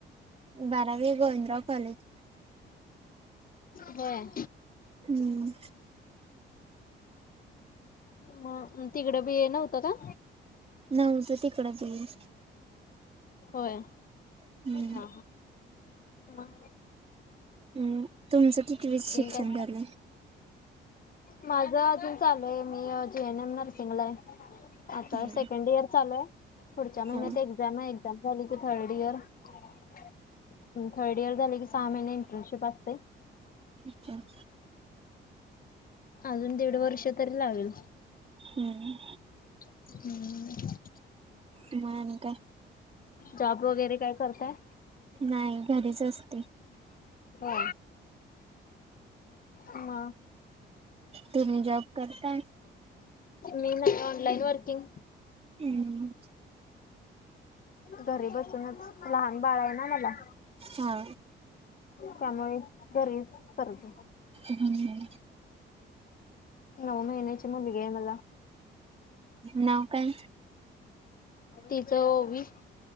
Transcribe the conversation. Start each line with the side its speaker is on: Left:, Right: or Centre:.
Right: बारावी, गोविंदराव कॉलेज.
Left: होय
Right: हम्म
Left: ह तिकड बी हे नव्हतं का
Right: ना उझं तिकडं बईल
Left: होय
Right: हम्म
Left: हा ह.
Right: अम तुमचं कितवीच शिक्षण
Left: काय
Right: झालंय.
Left: माझं अजून चालूये मी जे एन एम नर्सिंगलाय. आता
Right: हम्म
Left: सेकंड इयर चालूये, पुढच्या
Right: हा
Left: महिन्यात एक्झामे. झाली की थर्ड इयर, अन थर्ड इयर झाली की सहा महीने इंटर्नशिप असते.
Right: अच्छा <inaudible>
Left: अजून दीड वर्ष तरी लागल.
Right: हम्म.
Left: हम्म <inaudible>
Right: तूमा अनी काय?
Left: जॉब वगैरे काय करताय.
Right: नाय, घरीच असते.
Left: हो. मग
Right: तुम्ही जॉब करता.
Left: मीना ऑनलाईन वर्किंग,
Right: हम्म.
Left: घरी बसूनच, लहान बाळे ना मला.
Right: हा.
Left: त्यामुळे, घरी करते.
Right: हम्म.
Left: नऊ महिन्याची मुलगीये मला.
Right: नाव काय?
Left: तिचं ओवी.